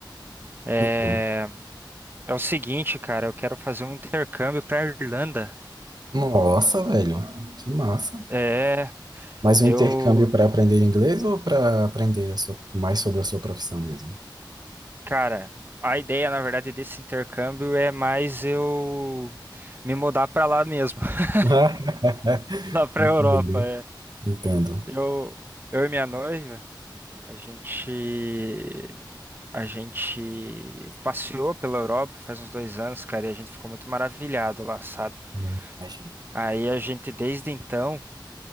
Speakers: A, on the right (about 25°); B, on the right (about 55°).
A: é
B: E tu?
A: É o seguinte, cara, eu quero fazer um intercâmbio para Irlanda.
B: Nossa, velho, que massa.
A: É,
B: Mas o
A: eu,
B: intercâmbio para aprender inglês ou para aprender a sua- mais sobre a sua profissão mesmo?
A: cara, a ideia, na verdade, desse intercâmbio é mais eu me mudar para lá mesmo, <laughs>
B: <laughs>
A: lá para
B: Entendo,
A: Europa. É.
B: entendo.
A: Eu, eu e minha noiva, a gente, a gente passeou pela Europa faz uns dois anos, cara, e a gente ficou muito maravilhado lá, sabe?
B: Imagino.
A: Aí a gente, desde então,